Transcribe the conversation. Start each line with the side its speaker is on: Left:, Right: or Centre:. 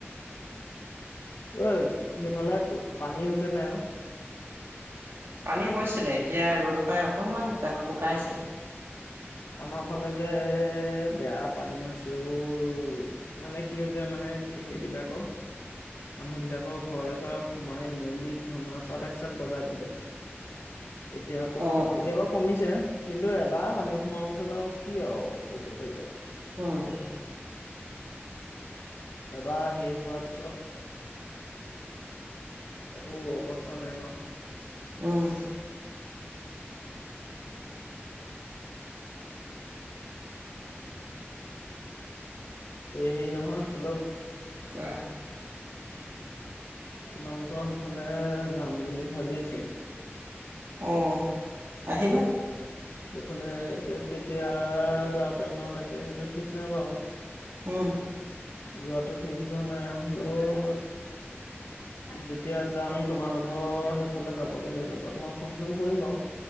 Left: <inaudible> অ সেইফালে পানী হৈছে নাই অ
Right: পানী হৈছিলে এতিয়া ৰ'দ পাই অকনমান শুকাই শুকাইছে
Left: আমাৰ ফালে যে বেয়া পানী হৈছে ঐ মানে কি হৈছ ছে মানে সেইবিলাকক মানুহবিলাকৰ ঘৰে চৰে সোমাই মেলি ধনা চাট এক চাট বজাই দিলে এতিয়া আকৌ
Right: অ
Left: এতিয়া
Right: অ
Left: বা কমিছে কিন্তু এবাৰ পানী সোমোৱাৰ পিছত আৰু কি আৰু ক'ব পাৰিবা
Right: উম
Left: এবাৰ শেষ হোৱাৰ পিছত একো অৱস্থা নাই ন।
Right: উম
Left: এই সেই নহয় হেল্ল'
Right: কোৱা
Left: তোমালোকৰ সেইফালে যাম বুলি ভাবি আছিলো
Right: অঁ আহিবা
Left: সেইফালে এতিয়া কেতিয়া যাব পাৰিম আৰু তাকে সেইটো ঠিক নাই বাৱ
Right: উম
Left: যোৱাটো ফিক্স যোৱা নাই হলেও যেতিয়া যাম তোমালোকৰ সেইফালে যাবগে লাগিব মই ফোন চোন কৰিম বাঅ